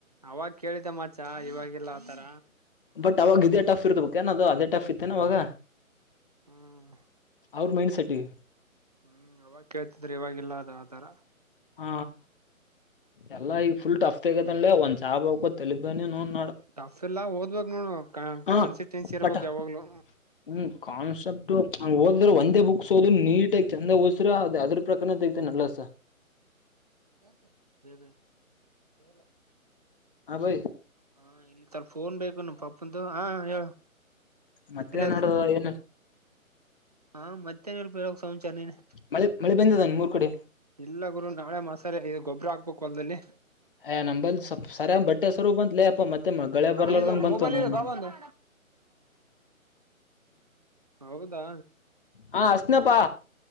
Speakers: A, on the right; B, on the left.
A: ಅವಾಗ ಕೇಳಿದ್ದ ಮತ್ತೆ ಇವವಾಗಿಲ್ಲ ಆತರ
B: ಬಟ್ ಅವಾಗ ಇದೇ ಟಫ್ ಇರ್ತ ಬ ಏ ನ ಅದು ಅದೇ ಟಫ್ ಇತ್ತೇ ಅವಾಗ
A: ಹ್ಮ್
B: ಅವ್ರ ಮೈಂಡ್ಸೆಟ್ಟಿಗೆ
A: ಹ್ಮ್ ಅವಾಗ ಕೇಳ್ತಿದ್ರಿ ಇವಾಗಿಲ್ಲ ಅದು ಆ ತರ
B: ಹ ಎಲ್ಲಾ ಈಗ ಫುಲ್ ಟಫ್ ತಗತನ್ಲೆ ಒಂದ್ ಜಾಬ್ ಬೆಕೋ ತಲಿ ಬೆನಿ ನೌನ್
A: ಟಫ್ ಇಲ್ಲ ಓದ್ಬೇಕ್ ನೋಡು ಕಾ
B: ಹ
A: ಕಾನ್ಸಿಟನ್ಸಿ ಇರ್ಬೇಕ್
B: ಬಟ್
A: ಯಾವಾಗ್ಲು.
B: ಹ್ಮ್ ಕಾನ್ಸೆಪ್ಟು ಓದ್ ಅಂದ್ರೆ ಒಂದೇ ಬುಕ್ಸ್ ಓದಿ ನೀಟ್ ಆಗ್ ಚಂದ ಓದ್ ಸಿರ ಅದ್ ಅದ್ರ ಪ್ರಕಾರನೆ ತೆಗಿತಿನ್ ನಲ್ಲೈಸ.
A: ಏನ್ ಬೆ ಏನಿಲ್ಲ.
B: ಹಾ ಭೈ
A: ಹ ಇಲ್ಲಿ ಸಲ್ಪ್ ಫೋನ್ ಬೇಕು ನಮ್ಮ ಪಪಂತವ್ ಹ ಹೇಳು.
B: ಮತ್ತೆನ್
A: ಇಲ್ಲ
B: ನಡ್ದಾವ್ ಏನು
A: ಹಾಂ ಮತ್ತೇನ್ ಇಲ್ ಹೇಳ್ಬೇಕ್ ಸಂಚಾರ್ ನೀನೆ.
B: ಮಳೆ ಮಳೆ ಬಂದದ ನಿಮ್ಮೂರ್ ಕಡೆ.
A: ಇಲ್ಲ ಗುರು ನಾಳೆ ಮಸಾಲೆ ಇ ಗೊಬ್ಬರ ಹಾಕ್ಬೇಕು ಹೊಲ್ದಲ್ಲಿ.
B: ಏ ನಂಬಲ್ ಸ್ಪ್ ಸರಿಯ್ ಬಟ್ಟೆ ಸರು ಬಂತ್ಲೇ ಅಪ್ಪ ಮತ್ತೆ ಮಗಳೆ ಬರ್ಲಾರದಂಗ
A: ಇದು
B: ಬಂತ
A: ಮೊಬೈಲ್
B: ಅವ್ನ್
A: ಇಲ್ಲ
B: ನೌನ.
A: ಬಾ ಬಂದು ಹೌದಾ
B: ಹಾ ಹಸ್ನಪ್ಪಾ